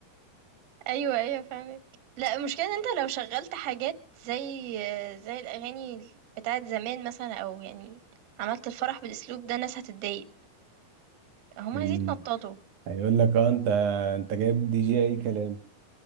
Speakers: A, on the right (about 55°); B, on the right (about 75°).
A: ايوه ايوه فاهمك لا المشكله ان انت لو شغلت حاجات زي زي الاغاني بتاعت زمان مثلا او يعني عملت الفرح بالاسلوب ده الناس هتتضايق هم
B: مم.
A: عايزين يتنططوا
B: هيقول لك اه انت انت جايب دي جي اي كلام